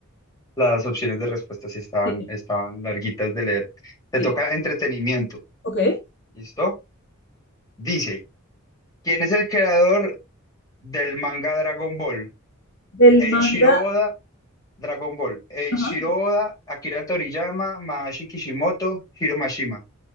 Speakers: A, on the left (about 15°); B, on the left (about 55°).
A: Las opciones de respuesta sí estaban,
B: Sí,
A: estaban larguitas de leer. Te
B: sí.
A: toca entretenimiento.
B: Ok.
A: ¿Listo? Dice, ¿quién es el creador del manga Dragon Ball?
B: Del
A: Eiichiro
B: manga.
A: Oda, Dragon Ball. Eiichiro
B: Ajá.
A: Oda, Akira Toriyama, Masashi Kishimoto, Hiro Mashima.